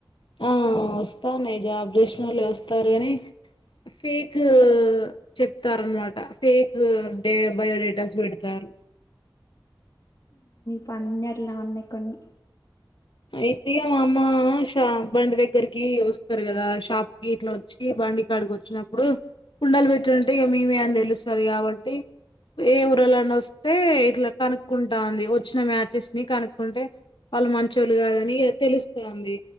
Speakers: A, on the left; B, on the left.
A: మ్మ్ మైజాబ్ చేషన్ వాళ్ళు వస్తారు అని ఫేక్ చెప్తారు అనమాట ఫేక్ డే బయోడేటాస్ పెడతారు
B: ప అన్నడలా ఉన్న కొన్ని
A: అయితే మా అమ్మ షా బండి దగ్గరికి వస్తారు కదా షాప్ కి ఇట్లా వచ్చి బండి కాడికి వచ్చినప్పుడు కుండలు పెట్టింటే ఇక మేమే అని తెలుస్తుంది కాబట్టి ఏ ఊరాలన్న వస్తే ఇట్లా కనుక్కుంటుంది వచ్చిన మ్యాచెస్ ని కనుక్కుంటే వాళ్ళు మంచి మంచోలు కాదని తెలుస్తుంది